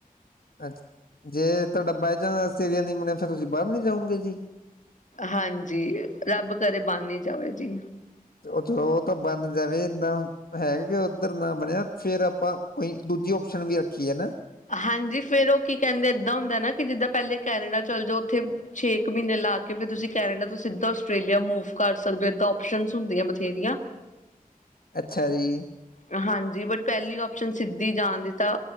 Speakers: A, on the left; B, on the left.
A: ਅੱਛਾ ਜੇ ਤੁਹਾਡਾ ਬਾਚਾਂਸ ਆਸਟ੍ਰੇਲੀਆ ਨਹੀਂ ਬਣਿਆ ਫਿਰ ਤੁਸੀਂ ਬਾਹਰ ਨੀ ਜਾਓਗੇ ਜੀ
B: ਹਾਂਜੀ ਰੱਬ ਕਰੇ ਬਣ ਹੀ ਜਾਵੇ ਜੀ
A: ਚਲੋ ਚਲੋ ਉਹ, ਉਹ ਤਾਂ ਬਣ ਜਾਵੇਦਾ ਹੁਣ ਹੈਗੇ ਉੱਧਰ ਨਾ ਬਣਿਆ ਫੇਰ ਆਪਾਂ ਕੋਈ ਦੂਜੀ ਓਪਸ਼ਨ ਵੀ ਰੱਖੀਏ ਨਾ
B: ਹਾਂਜੀ ਫੇਿਰ ਉਹ ਕੀ ਕਹਿੰਦੇ ਏਦਾਂ ਹੁੰਦਾ ਨਾ ਕਿ ਜਿੱਦਾਂ ਪਹਿਲੇ ਕੈਨੇਡਾ ਚੱਲ ਜਾਓ ਉੱਥੇ ਛੇ ਇੱਕ ਮਹੀਨੇ ਲਾ ਕੇ ਫਿਰ ਤੁਸੀਂ ਕੈਨੇਡਾ ਤੋਂ ਸਿੱਧਾ ਆਸਟ੍ਰੇਲੀਆ ਮੂਵ ਕਰ ਸਕਦੇ ਹੋ ਇਏਦਾਂ ਓਪਸ਼ਨ ਹੁੰਦੀਆਂ ਬਥੇਰੀਆਂ
A: ਅੱਛਾ ਜੀ।
B: <inaudible> ਹਾਂਜੀ ਬਟ ਪਹਿਲੀ ਆਪਓਸ਼ਨ ਸਿੱਧੀ ਜਾਣ ਦੀ ਤਾਂ